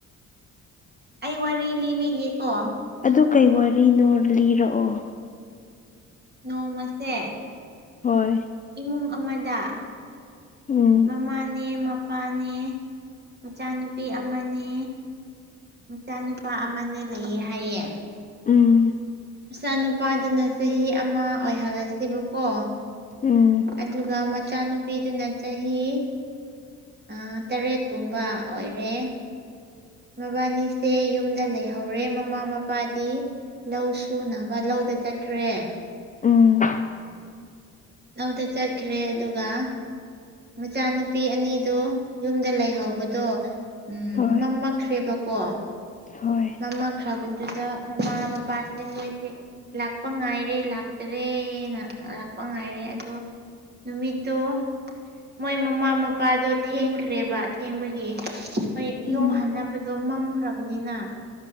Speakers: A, on the right; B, on the left.
A: ꯑꯩ ꯋꯥꯔꯤ ꯂꯤꯕꯤꯒꯦꯀꯣ
B: ꯑꯗꯨ ꯀꯩ ꯋꯥꯔꯤꯅꯣ ꯂꯤꯔꯛꯑꯣ
A: ꯅꯣꯡꯃꯁꯦ
B: ꯍꯣꯏ
A: ꯏꯃꯨꯡ ꯑꯃꯗ
B: ꯎꯝ
A: ꯃꯃꯥꯅꯦ ꯃꯄꯥꯅꯦ ꯃꯆꯥꯅꯨꯄꯤ ꯑꯃꯅꯦ ꯃꯆꯥꯅꯨꯄꯥ ꯑꯃꯅꯦ ꯂꯩꯌꯦ ꯍꯥꯏꯌꯦ
B: ꯎꯝ
A: ꯃꯆꯥꯅꯨꯄꯥꯗꯨꯅ ꯆꯍꯤ ꯑꯃ ꯑꯣꯏꯍꯜꯂꯁꯦꯕꯀꯣ
B: ꯎꯝ
A: ꯑꯗꯨꯒ ꯃꯆꯥꯅꯨꯄꯤꯗꯨꯅ ꯆꯍꯤ ꯑ꫰ꯇꯔꯦꯠꯀꯨꯝꯕ ꯑꯣꯏꯔꯦ ꯃꯕꯥꯅꯤꯁꯦ ꯌꯨꯝꯗ ꯂꯩꯍꯧꯔꯦ ꯃꯃꯥ ꯃꯄꯥꯗꯤ ꯂꯧ ꯁꯨꯅꯕ ꯂꯧꯗ ꯆꯠꯈ꯭ꯔꯦ
B: ꯎꯝ
A: ꯂꯧꯗ ꯆꯠꯈ꯭ꯔꯦ ꯑꯗꯨꯒ ꯃꯆꯥꯅꯨꯄꯤ ꯑꯅꯤꯗꯣ ꯌꯨꯝꯗ ꯂꯩꯍꯧꯕꯗꯣ ꯎꯝ
B: ꯍꯣꯏ
A: ꯃꯝꯃꯛꯈ꯭ꯔꯦꯕꯀꯣ
B: ꯍꯣꯏ
A: ꯃꯃꯈ꯭ꯔꯕꯗꯨꯗ ꯃꯃꯥ ꯃꯄꯥꯁꯦ ꯃꯣꯏꯁꯦ ꯂꯥꯛꯄ ꯉꯥꯏꯔꯦ ꯂꯥꯛꯇꯔꯦꯅ ꯂꯥꯛꯄ ꯉꯥꯏꯔꯦ ꯑꯗꯣ ꯅꯨꯃꯤꯠꯇꯨ ꯃꯣꯏ ꯃꯃꯥ ꯃꯄꯥꯗꯣ ꯊꯦꯡꯈ꯭ꯔꯦꯕ ꯊꯦꯡꯕꯒꯤ ꯃꯣꯏ
B: ꯎꯝ
A: ꯌꯨꯝ ꯍꯟꯅꯕ ꯑꯣ ꯃꯝꯈ꯭ꯔꯕꯅꯤꯅ